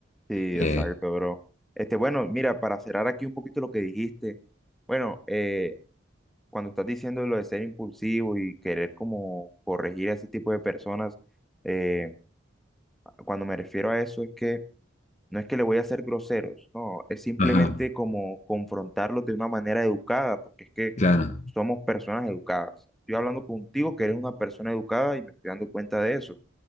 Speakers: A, in the centre; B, on the left.
A: Sí,
B: Eh,
A: exacto, bro. Este, bueno, mira, para cerrar aquí un poquito lo que dijiste, bueno, eh, cuando estás diciendo lo de ser impulsivo y querer como corregir a ese tipo de personas, eh, cuando me refiero a eso es que no es que le voy a ser groseros, no, es simplemente
B: ajá,
A: como confrontarlos de una manera educada, porque es que
B: claro,
A: somos personas educadas. Estoy hablando contigo que eres una persona educada y me estoy dando cuenta de eso.